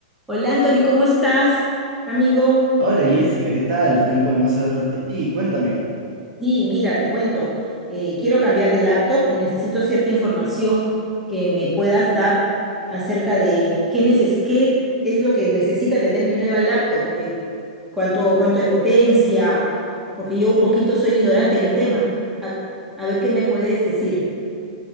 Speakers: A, in the centre; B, on the right.
A: Hola Anthony, ¿cómo estás, amigo?
B: Hola Jessica, ¿qué tal? Tiempo de no saber de ti. Cuéntame,
A: Sí, mira, te cuento. eh, quiero cambiar de laptop y necesito cierta información que me puedas dar acerca de qué, neces- qué es lo que necesita tener mi nueva laptop, eh, cuánto, cuánto de potencia, porque yo un poquito soy ignorante en el tema. A, a ver qué me puedes decir.